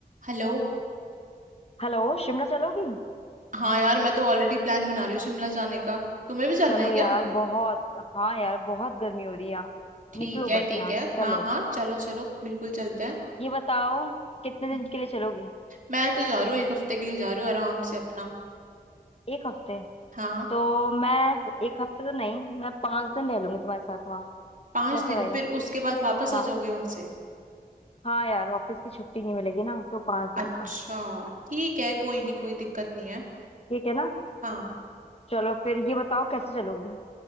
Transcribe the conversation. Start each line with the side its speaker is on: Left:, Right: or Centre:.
Right: Hello
Left: Hello Shimla चलोगी
Right: हाँ यार मैं तो ऑलरेडी प्लान बना रही हूँ शिमला जाने का तुम्हें भी चलना
Left: चलो
Right: है क्या
Left: यार बहुत हाँ यार बहुत गर्मी हो रही है यहाँ
Right: ठीक
Left: निकलो
Right: है
Left: बस
Right: ठीक
Left: यहाँ
Right: है
Left: से चलो
Right: हाँ हाँ चलो चलो बिल्कुल चलते हैं
Left: ये बताओ कितने
Right: हम्म।
Left: दिन के लिए चलोगी
Right: मैं तो जा रही हूँ एक हफ्ते के लिए जा रही हूँ आराम से अपना
Left: एक हफ्ते
Right: हाँ
Left: तो मैं एक हफ्ते तो नहीं मैं पाँच दिन रह लूंगी तुम्हारे साथ वहाँ
Right: पाँच
Left: कैसा
Right: दिन
Left: रहेगा
Right: फिर उसके बाद वापस
Left: हाँ
Right: आ जाओगे वहां से
Left: हाँ यार ऑफिस की छुट्टी नहीं मिलेगी ना तो पाँच दिन
Right: अच्छा
Left: का
Right: ठीक है कोई नहीं कोई दिक्कत नहीं है
Left: ठीक है ना
Right: हाँ
Left: चलो फिर ये बताओ कैसे चलोगी